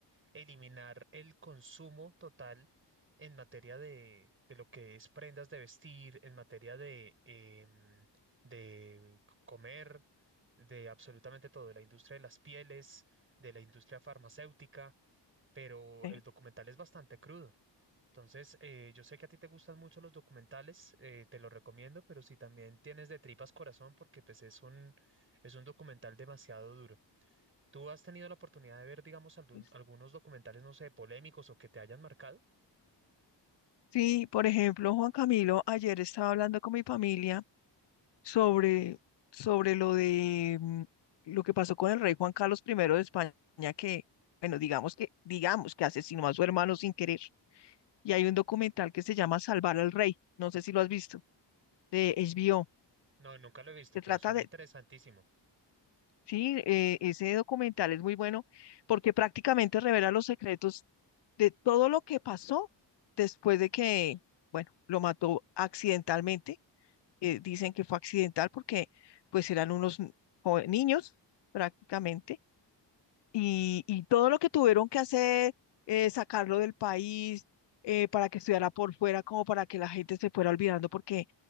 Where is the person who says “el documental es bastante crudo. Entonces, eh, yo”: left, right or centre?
Right